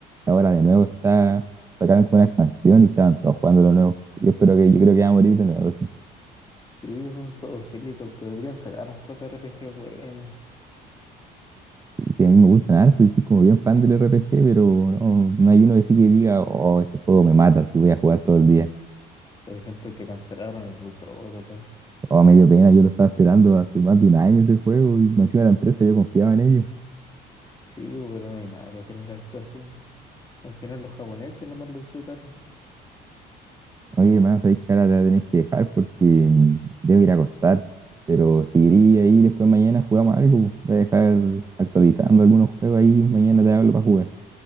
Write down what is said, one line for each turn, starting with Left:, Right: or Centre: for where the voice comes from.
Right: Ahora de nuevo está, sacaron como una expansión y estaban todos jugando lo nuevo. Yo espero que, yo creo que va a morir de nuevo, sí.
Left: Sí, son juegos cílicos, pero deberían sacar un JRPG bueno.
Right: Sí, sí, a mí me gustan harto, yo soy como bien fan del RPG, pero no, no hay uno que sí que diga, oh,
Left: Sí,
Right: este juego me mata, si voy a jugar todo el día.
Left: sí. Por ejemplo, el que cancelaron el Blue Protocol.
Right: Oh, me dio pena, yo lo estaba esperando hace más de un año ese juego y más encima de la empresa yo confiaba en ellos.
Left: Sí, pues, pero no hay nada que hacer en esas situaciones. Al final los japoneses nomás lo disfrutaron.
Right: Oye, hermano, sabéis que ahora te voy a que dejar porque mm, debo ir a acostar, pero seguiría ahí, después mañana jugamos algo. po. Voy a dejar actualizando algunos juegos ahí, mañana te hablo para jugar.